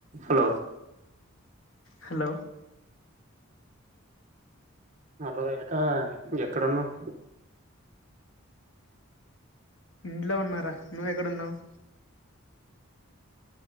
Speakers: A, on the right; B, on the left.
A: Hello
B: hello
A: hello ఎక్కడ ఎక్కడున్నావ్
B: ఇంట్లో ఉన్నారా నువ్వెక్కడున్నావు